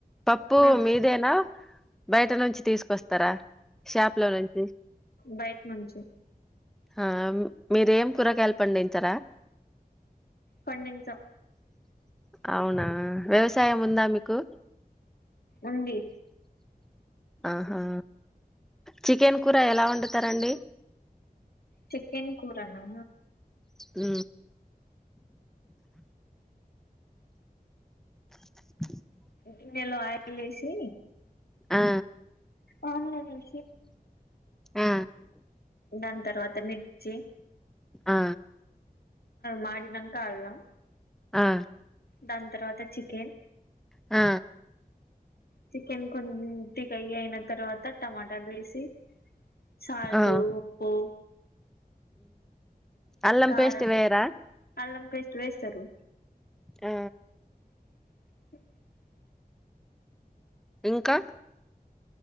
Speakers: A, in the centre; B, on the left.
A: పప్పు
B: మేం
A: మీదేనా బయట నుంచి తీసుకొస్తారా షాప్ లో నుంచి
B: బైట నుంచి
A: ఆ మీరేం కూరగాయలు పండించరా
B: పండించం
A: అవునా వ్యవసాయం ఉందా మీకు
B: ఉంది
A: ఆహా చికెన్ కూర ఎలా వండుతారండి
B: చికెన్ కూరనా
A: ఉ <inaudible>
B: గిన్నెలో ఆయిల్ ఏసి
A: ఆ
B: అవునులేండి
A: ఆ
B: దాని తర్వాత మిర్చి
A: ఆ
B: మాడినంక అల్లం
A: ఆ
B: దాని తర్వాత చికెన్
A: ఆ
B: చికెన్ కొన్ని ఉ ఫ్రై అయిన తర్వాత టమాటాలు వేసి సాల్టు
A: ఆ
B: ఉప్పు
A: అల్లం
B: కారం
A: పేస్ట్ వేయరా
B: అల్లం పేస్ట్ వేస్తరు
A: ఆ
B: అ <inaudible>
A: ఇంకా